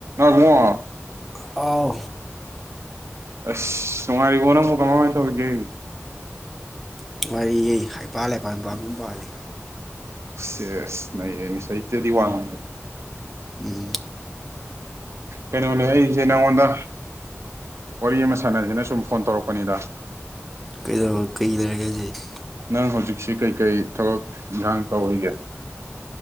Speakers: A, on the right; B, in the centre.
A: ꯑ ꯕꯨꯡꯑꯣ
B: ꯍꯥꯎ
A: ꯑꯁ ꯅꯨꯡꯉꯥꯏꯔꯤꯕꯣ ꯅꯪꯕꯣ ꯀꯃꯥꯏ ꯀꯃꯥꯏ ꯇꯧꯔꯤꯒꯦ
B: ꯅꯨꯡꯉꯥꯏꯔꯤꯌꯦ ꯍꯩꯄꯥꯜ-ꯂꯩꯄꯥꯜ ꯄꯥꯡꯒꯨꯝ ꯄꯥꯜꯂꯤ
A: ꯁꯤ꯭ꯌꯦꯁ ꯅꯩꯔꯦꯅꯦ ꯁꯍꯤꯇꯌ꯭ꯥꯗꯤ ꯋꯥꯡ
B: ꯎꯝ
A: ꯀꯩꯅꯣꯅꯦ ꯑꯩꯁꯦ ꯅꯉꯣꯟꯗ ꯋꯥꯔꯤ ꯑꯃ ꯁꯥꯟꯅꯁꯦꯅ ꯁꯨꯝ ꯐꯣꯟ ꯇꯧꯔꯛꯄꯅꯤꯗ
B: ꯀꯩꯗꯧ ꯀꯩ ꯂꯩꯔꯒꯦ ꯍꯥꯏꯖꯦ
A: ꯅꯪ ꯍꯧꯖꯤꯛꯁꯤ ꯀꯩ ꯀꯩ ꯊꯕꯛ ꯏꯟꯈꯥꯡ ꯇꯧꯔꯤꯒꯦ